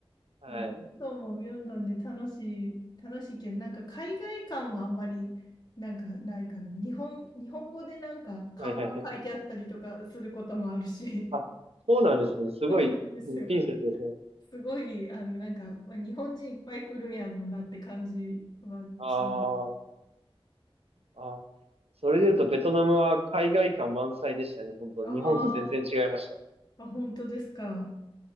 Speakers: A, on the right; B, on the left.
A: はい。
B: まあミョンドンもミョンドンで楽しい、楽しいけど、なんか海外感はあんまりなんかないかな。日本、日本語でなんか看板書いてあったりとかすることもあるし、
A: はいはいはい。あ、そうなんですね。すごい、
B: そうなんですよ。
A: うんピンセットですね。
B: すごい、あの、なんか、まあ、日本人いっぱい来るんやろうなって感じはします。
A: あーあー。それで言うと、ベトナムは海外感満載でしたね。本当日本と全然違いました。
B: あーあ、本当ですか。